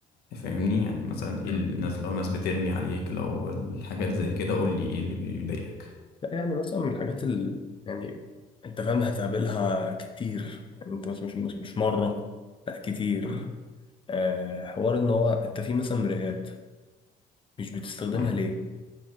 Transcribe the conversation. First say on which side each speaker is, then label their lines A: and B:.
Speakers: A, on the left; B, on the left.
A: فاهمني يعني مثلا
B: مم.
A: ايه الناس لو ناس بترمي عليك لو الحاجات زي كده قول لي ايه اللي بيضايقك
B: لا يعني مثلا من الحاجات ال... يعني انت فاهم هتقابلها كتير يعني انت مش مش مش مش مرة لا كتير
A: آه،
B: آه حوار ان هو انت في مثلا مرايات مش بتستخدمها
A: ايوه
B: ليه؟